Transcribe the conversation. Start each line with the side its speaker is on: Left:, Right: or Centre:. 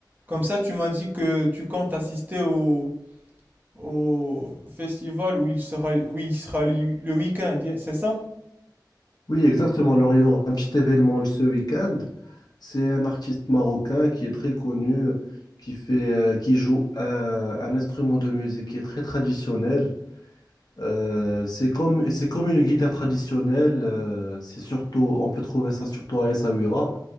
Right: Comme ça, tu m'as dit que tu comptes assister au, au festival où il sera, où il sera li- le week-end, y- c'est ça?
Left: Oui, exactement. Alors, il y aura un petit événement ce week-end. C'est un artiste marocain qui est très connu, qui fait, euh, qui joue un, un instrument de musique qui est très traditionnel. Euh, c'est comme, c'est comme une guitare traditionnelle. euh, c'est surtout, on peut trouver ça surtout à Essaouira.